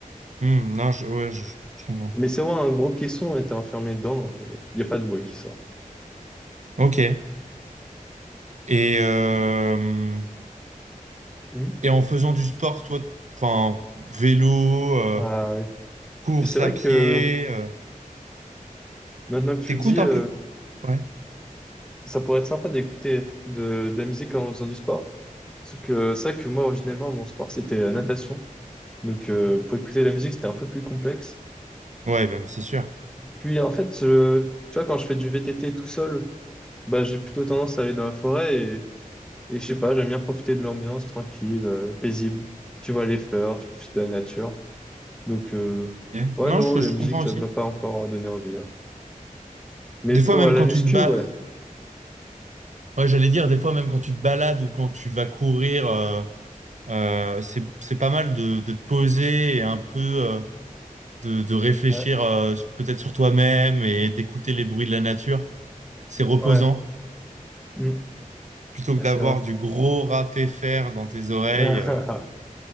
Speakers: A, on the right; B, in the centre.
A: Hmm, non, je, ouais, je je comprends.
B: Mais c'est vraiment un gros caisson et t'es enfermé dedans et il n'y a pas de bruit qui sort.
A: Ok. Et, euh,
B: Mhm.
A: et en faisant du sport, toi, enfin, vélo, euh,
B: Ah oui.
A: course
B: Et c'est vrai
A: à pied,
B: que
A: euh,
B: maintenant que tu
A: t'écoutes
B: le dis,
A: un
B: euh,
A: peu? Ouais.
B: ça pourrait être sympa d'écouter de, de la musique en faisant du sport. Sauf que ça que moi originellement mon sport c'était la natation. Donc euh, pour écouter la musique c'était un peu plus complexe.
A: Ouais, ben, c'est sûr.
B: Puis en fait je- tu vois quand je fais du VTT tout seul, bah j'ai plutôt tendance à aller dans la forêt et, et je sais pas, j'aime bien profiter de l'ambiance tranquille, euh, paisible. Tu vois les fleurs, tu profites de la nature. Donc euh,
A: Ouais.
B: ouais
A: Non,
B: non,
A: je,
B: la
A: je
B: musique
A: comprends
B: ça
A: aussi.
B: m'a pas encore donné envie. hein. Mais
A: Des
B: pour
A: fois, même
B: euh, la
A: quand
B: muscu,
A: tu te ba-
B: ouais.
A: ouais, j'allais dire,
B: Mm.
A: des fois, même quand tu te balades ou quand tu vas courir, euh, euh, c'est, c'est pas mal de, de te poser et un peu euh, de, de réfléchir
B: Ouais,
A: euh, peut-être sur toi-même et d'écouter les bruits de la nature. C'est reposant.
B: ouais. Mm.
A: Plutôt
B: Ouais,
A: que d'avoir
B: C'est vrai.
A: du gros râpé fer dans tes oreilles.
B: <laughs>
A: euh,